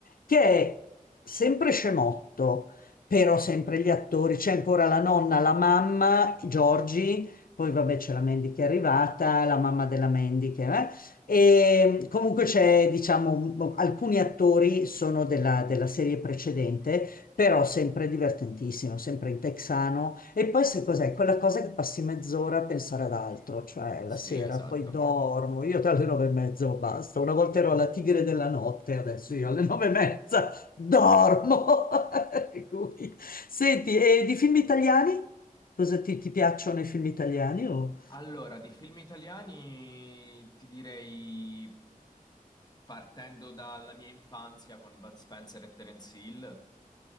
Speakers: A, on the left; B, on the left.
A: che è sempre scemotto, però sempre gli attori, c'è ancora la nonna, la mamma, Giorgi, poi vabbè c'è la Mandy che è arrivata, la mamma della Mandy che eh? E comunque c'è, diciamo, un- alcuni attori sono della, della serie precedente, però sempre divertentissimo, sempre in texano. E poi se cos'è? Quella cosa che passi mezz'ora a pensare ad altro, cioè
B: sì,
A: la sera
B: esatto.
A: poi dormo, io alle nove e mezza basta, una volta ero la tigre della notte, adesso
B: <laughs>
A: io alle nove e mezza. Dormo. <laughs> Per cui- Senti, e di film italiani? Cosa ti, ti piacciono i film italiani? o-
B: Allora, di film italiani ti direi, partendo dalla mia infanzia con Bud Spencer e Terence Hill,